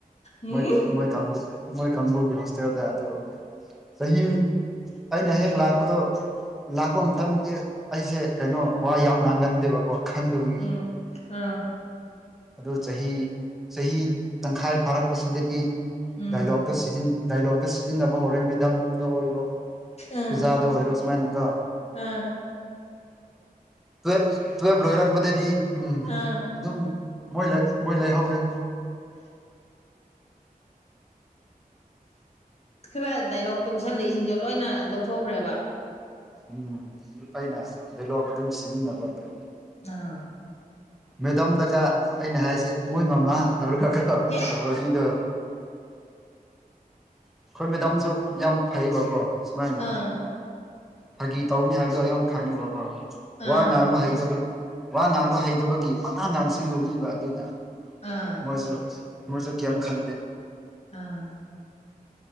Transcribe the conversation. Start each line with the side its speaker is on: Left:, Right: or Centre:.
Left: ꯎꯝ
Centre: ꯃꯣꯏ ꯃꯣꯏ ꯀꯥꯡꯕꯨ ꯃꯣꯏ ꯀꯥꯡꯕꯨꯒꯤ ꯍꯣꯁꯇꯦꯜꯗ ꯑꯗꯨ ꯆꯍꯤ ꯑꯩꯅ ꯍꯦꯛ ꯂꯥꯛꯄꯗꯣ ꯂꯥꯛꯄ ꯃꯇꯝꯗꯤ ꯑꯩꯁꯦ ꯀꯩꯅꯣ ꯋꯥ ꯌꯥꯝ ꯉꯥꯡꯒꯟꯗꯦꯕꯀꯣ ꯈꯪꯗꯕꯒꯤ
Left: ꯎꯝ ꯑꯥ
Centre: ꯑꯗꯨ ꯆꯍꯤ ꯆꯍꯤ ꯇꯪꯈꯥꯏ ꯐꯥꯔꯛꯄꯁꯤꯗꯗꯤ
Left: ꯎꯝ
Centre: ꯗꯥꯏꯂꯣꯛꯗꯣ ꯁꯤꯖꯤꯟ ꯗꯥꯏꯂꯣꯛꯇ ꯁꯤꯖꯤꯟꯅꯕ ꯍꯧꯔꯦ ꯃꯦꯗꯝꯗ ꯑꯣꯏꯔꯣ ꯑꯣꯖꯥꯗ
Left: ꯑꯥ
Centre: ꯑꯣꯏꯔꯣ ꯁꯨꯃꯥꯏꯅꯀꯣ
Left: ꯑꯥ
Centre: ꯇꯨꯌ‌ꯦꯝ-ꯇꯨꯌ‌ꯦꯝ ꯂꯣꯏꯔꯛꯄꯗꯗꯤ ꯎꯝ
Left: ꯑꯥ
Centre: ꯑꯗꯨꯝ ꯃꯣꯏ <inaudible> ꯃꯣꯏ ꯂꯩꯍꯧꯔꯦ
Left: ꯈꯔ ꯗꯥꯏꯂꯣꯛ ꯇꯨꯡꯁꯜꯂꯤꯏꯁꯤꯡꯗꯣ ꯂꯣꯏꯅ ꯂꯧꯊꯣꯛꯈ꯭ꯔꯦꯕ
Centre: ꯎꯝ ꯑꯩꯅ ꯚꯦꯂꯣꯛ ꯑꯗꯨꯝ ꯁꯤꯖꯤꯟꯅꯕ ꯑꯗꯨꯝ
Left: ꯑꯥ
Centre: ꯃꯦꯗꯝꯝꯗꯀ ꯑꯩꯅ ꯍꯥꯏꯁꯦ ꯃꯣꯏ ꯃꯃꯥ
Left: ꯎꯝ
Centre: ꯇꯧꯔꯒꯒ
Left: ꯍꯦ
Centre: ꯋꯥꯔꯤꯗꯣ ꯑꯩꯈꯣꯏ ꯃꯦꯗꯥꯝꯁꯨ ꯌꯥꯝ ꯐꯩꯌꯦꯕꯀꯣ ꯁꯨꯃꯥꯏꯅ
Left: ꯑꯥ
Centre: ꯐꯥꯒꯤ ꯇꯧꯅꯤ ꯍꯥꯏꯕꯗꯣ ꯌꯥꯝ ꯈꯪꯉꯕꯕ
Left: ꯑꯥ
Centre: ꯋꯥ ꯉꯥꯡꯕ ꯍꯩꯇꯕꯒꯤ ꯋꯥ ꯉꯥꯡꯕ ꯍꯩꯇꯕꯒꯤ ꯄꯉꯥ ꯉꯥꯡꯁꯤꯜꯂꯨꯕꯅꯤꯕ ꯑꯗꯨꯅ
Left: ꯑꯥ
Centre: ꯃꯣꯏꯁꯨ ꯃꯣꯏꯁꯨ ꯀꯔꯤꯝ ꯈꯟꯗꯦ
Left: ꯑꯥ